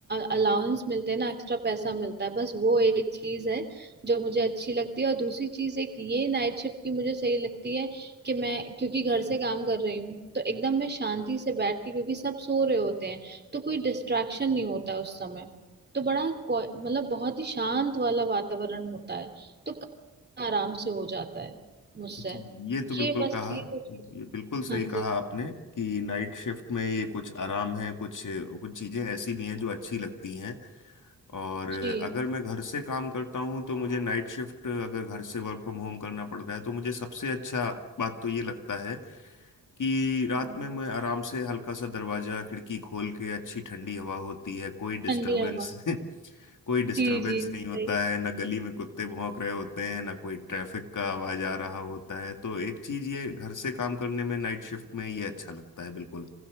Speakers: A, on the right (about 30°); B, on the left (about 60°).
A: अलाउंस मिलते हैं ना एक्स्ट्रा पैसा मिलता है बस वो एक चीज है जो मुझे अच्छी लगती है और दूसरी चीज एक ये नाइट शिफ्ट की मुझे सही लगती है कि मैं क्योंकि घर से काम कर रही हूँ तो एकदम मैं शांति से बैठ के क्योंकि सब सो रहे होते हैं तो कोई डिस्ट्रैक्शन नहीं होता उस समय तो बड़ा क्वा- मतलब बहुत ही शांत वाला वातावरण होता है तो काम आराम से हो जाता है मुझसे
B: जी, ये तो बिल्कुल
A: ये बस
B: कहा
A: ये तो चीज़-
B: ये बिल्कुल सही
A: हाँ
B: कहा
A: जी
B: आपने कि नाइट शिफ्ट में ये कुछ आराम है कुछ कुछ चीज़ें ऐसी भी हैं जो अच्छी लगती हैं और
A: जी
B: अगर मैं घर से काम करता हूँ तो मुझे नाइट शिफ्ट अगर घर से वर्क फ्रॉम होम करना पड़ता है तो मुझे सबसे अच्छा बात तो ये लगता है कि रात
A: हम्म।
B: में मैं आराम से हल्का सा दरवाज़ा खिड़की खोल के अच्छी ठंडी हवा होती है कोई डिस्टरबेंस
A: ठंडी हवा
B: <laughs> कोई डिस्टरबेंस
A: जी जी
B: नहीं
A: सही
B: होता है ना गली में कुत्ते भौंक रहे होते हैं ना कोई ट्रैफिक का आवाज आ रहा होता है तो एक चीज ये घर से काम करने में नाइट शिफ्ट में ये अच्छा लगता है बिल्कुल